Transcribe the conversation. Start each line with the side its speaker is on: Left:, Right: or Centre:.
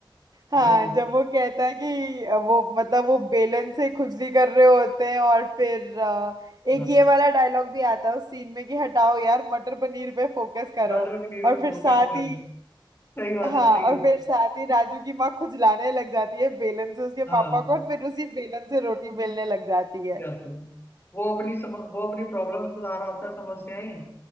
Right: हाँ
Left: बड़ी
Right: जब वो कहता है कि वो मतलब वो बेलन से खुजली कर रहे होते हैं और फिर अ, एक
Left: हाँ
Right: ये वाला डायलॉग भी आता है उस सीन में कि हटाओ यार मटर पनीर पे फोकस करो
Left: मर्डर पनीर
Right: और
Left: में फोकस
Right: फिर साथ
Left: कर
Right: ही
Left: सही बात
Right: हाँ
Left: है सही
Right: और
Left: बात
Right: फिर
Left: है।
Right: साथ ही राजू की माँ खुजलाने लग जाती है बेलन से उसके
Left: हाँ
Right: पापा को और फिर उसी बेलन से रोटी बेलने लग जाती है
Left: ये आती है वो अपनी सम, वो अपनी प्रॉब्लम्स बता रहा होता है समस्याएं